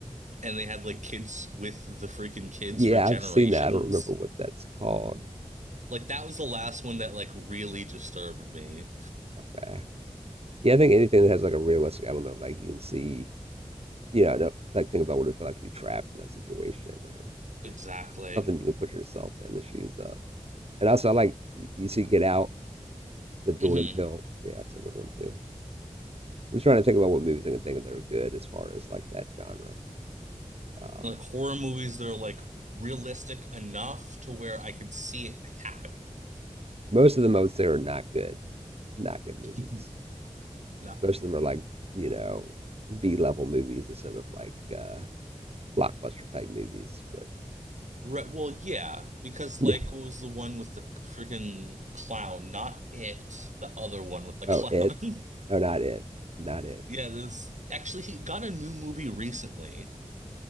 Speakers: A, on the right; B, on the right.
A: and they had like kids with the freaking kids
B: yeah,
A: for generations.
B: I've seen that. I don't remember what that's called.
A: Like that was the last one that like really disturbed me.
B: Okay. Yeah, I think anything that has like a realistic element, like you can see, you know, no- like think about what it felt like to be trapped in that situation, or
A: Exactly.
B: something you can put yourself in the shoes of. And also, I like you see Get Out, the Jordan
A: Mhm.
B: Pill. Yeah, that's a good one too. I'm just trying to think about what movies I can think of that are good as far as like that genre. Um,
A: like horror movies that are like realistic enough to where I could see it happening.
B: most of them, I would say, are not good, not good movies.
A: <laughs> No.
B: Most of them are like you know B level movies instead of like uh, blockbuster type movies. But
A: Right, well, yeah, because like
B: <laughs>
A: what was the one with the freaking clown? Not it, the other one with the
B: oh,
A: clown.
B: it,
A: <laughs>
B: oh, not it, not it.
A: Yeah, this actually he got a new movie recently.